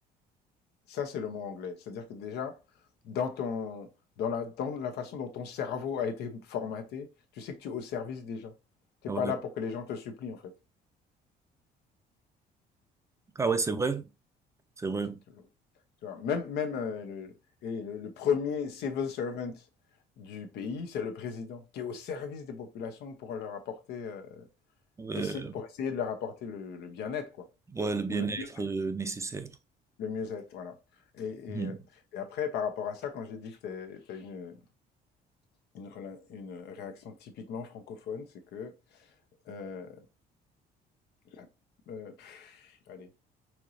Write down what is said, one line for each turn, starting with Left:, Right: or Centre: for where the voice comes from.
Left: Ça, c'est le mot anglais. C'est-à-dire que déjà, dans, ton, dans, la, dans la façon dont ton cerveau a été formaté, tu sais que tu es au service des gens. Tu
Right: Ah
Left: n'es
Right: ouais,
Left: pas là pour que les gens te supplient, en fait.
Right: ah ouais, c'est vrai, c'est vrai.
Left: Tu, tu- vois, tu vois, même, même euh, le, et le, le premier civil servant du pays, c'est le président, qui est au service des populations pour leur apporter, euh,
Right: Ouais,
Left: essayer- pour essayer de leur apporter le, le bien-être, quoi,
Right: ouais, le bien-être
Left: ou le mieux,
Right: euh, nécessaire.
Left: le mieux-être, voilà. Et, et,
Right: Mhm.
Left: euh, et après, par rapport à ça, quand j'ai dit que tu as une, une, rela- une réaction typiquement francophone, c'est que euh, la, euh, pff, allez,